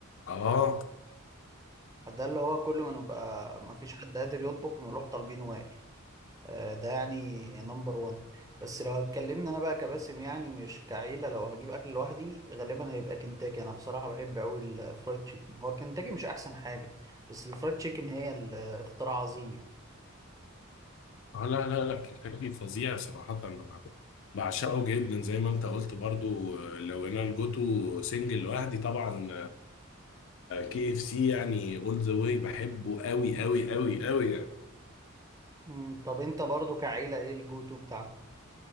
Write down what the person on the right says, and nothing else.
ده اللي هو كل ما نبقى ما فيش حد قادر يطبخ نروح طالبين وائل آه، ده يعني نمبر وان بس لو اتكلمنا انا بقى كباسم يعني مش كعيلة لو هجيب اكل لوحدي غالبا هيبقى كنتاكي انا بصراحة بحب قوي الفرايد تشيكن هو كنتاكي مش احسن حاجة بس الفرايد تشيكن هي الاختراع عظيم يعني
مم، طب انت برضو كعيلة ايه الجو تو بتاعكم